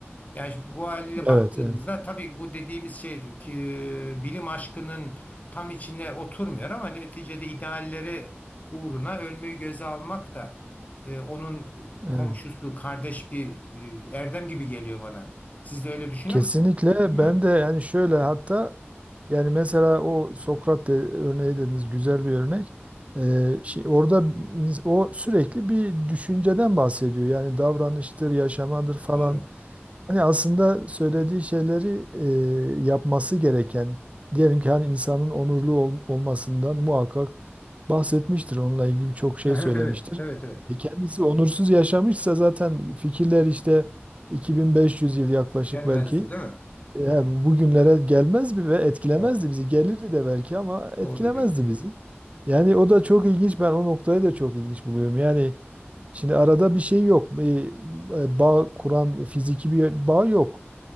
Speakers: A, on the left; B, on the right.
A: Yani şimdi bu haliyle
B: Evet,
A: baktığımızda
B: evet.
A: tabii bu dediğimiz şey ki e, bilim aşkının tam içine oturmuyor ama neticede idealleri uğruna ölmeyi göze almak da e, onun e,
B: Evet.
A: komşusu, kardeş bir e, erdem gibi geliyor bana. Siz de öyle düşünüyor
B: Kesinlikle
A: musunuz? Değil
B: ben
A: mi?
B: de yani şöyle hatta yani mesela o Sokrat de, örneği dediniz güzel bir örnek. Ee, şey, orada ins- o sürekli bir düşünceden bahsediyor. Yani davranıştır, yaşamadır falan.
A: Doğru.
B: Hani aslında söylediği şeyleri e, yapması gereken diyelim ki hani insanın onurlu ol- olmasından muhakkak bahsetmiştir. Onunla ilgili birçok şey
A: Aha,
B: söylemiştir.
A: evet, evet, evet.
B: E kendisi onursuz yaşamışsa zaten fikirler işte 2500 yıl yaklaşık
A: Gelmezdi,
B: belki
A: değil mi?
B: ya bugünlere gelmez mi ve etkilemezdi
A: Doğru.
B: bizi. Gelirdi de belki ama etkilemezdi
A: Doğru diyorsun.
B: bizi. Yani o da çok ilginç. Ben o noktayı da çok ilginç buluyorum. Yani şimdi arada bir şey yok. Bir, e, bağ kuran fiziki bir bağ yok.